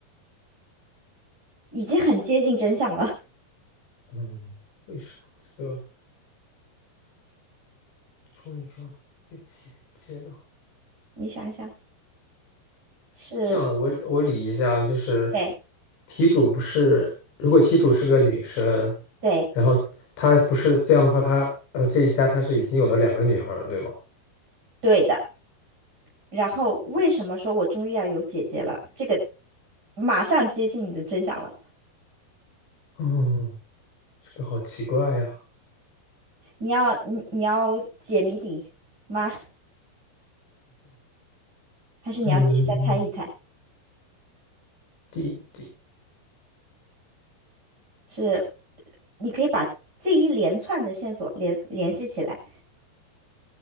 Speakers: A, on the right; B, on the left.
A: 已经很接近真相了，
B: 嗯，为什么这个终于要被姐姐了？
A: <laughs> 你想一想，是，
B: 这样的，我我理一下，就是
A: 对
B: 题主不是，如果题主是个女生，
A: 对
B: 然后她不是这样的话，她呃这一家她是已经有了两个女孩儿，对吗？
A: 对的。然后为什么说我终于要有姐姐了？这个马上接近你的真相了。
B: 嗯，这个好奇怪呀。
A: 你要你你要解谜底吗？还是你要继续再猜一猜？
B: 嗯，弟弟，
A: 是你可以把这一连串的线索联联系起来。